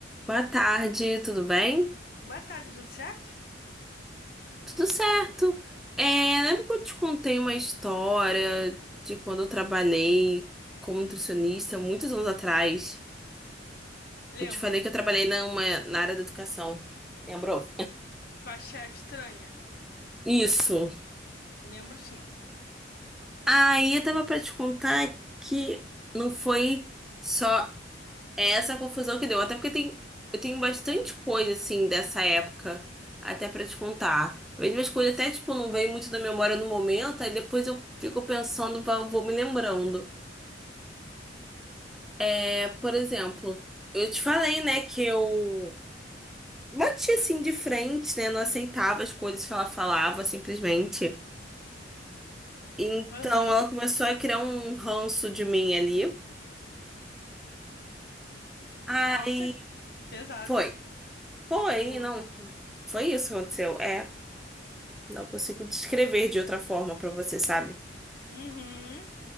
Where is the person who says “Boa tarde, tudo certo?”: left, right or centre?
Left